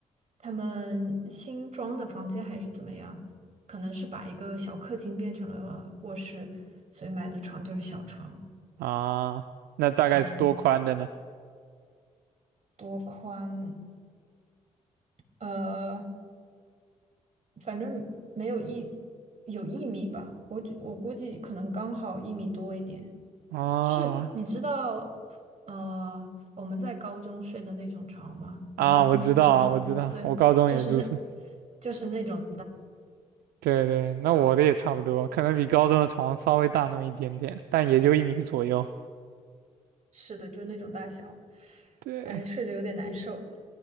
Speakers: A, on the right; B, on the right.
A: 他们新装的房间还是怎么样？可能是把一个小客厅变成了卧室，所以买的床就是小床。
B: 啊，那大概是多宽的呢？
A: 嗯，多宽？呃，反正没有一有一米吧，我觉我估计可能刚好一米多一点。
B: 啊，
A: 就是你知道，呃，我们在高中睡的那种床吗？你高中是做什么？
B: 啊，我知道啊，我知道，
A: 对，
B: 我高中也住宿。
A: 就是那，就是那种，
B: 对对，那我的也差不多，可能比高中的床稍微大那么一点点，但也就一米左右。
A: 是的，就是那种大小。
B: 对，
A: 哎，睡着有点难受，